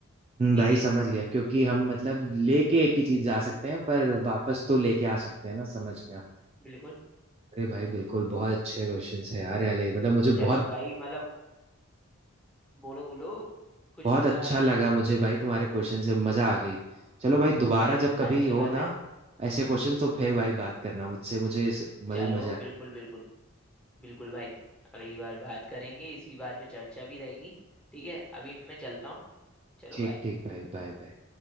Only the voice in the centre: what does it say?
ठीक
है
बिल्कुल
चलो
भाई मतलब बोलो बोलो कुछ
बोलने
वाले
थे तुम
चलो
अच्छी
बात
है
चलो
बिल्कुल बिल्कुल बिल्कुल भाई अगली बार बात करेंगे इसी बात पे चर्चा भी रहेगी ठीक है अभी मैं चलता हूँ चलो
बाय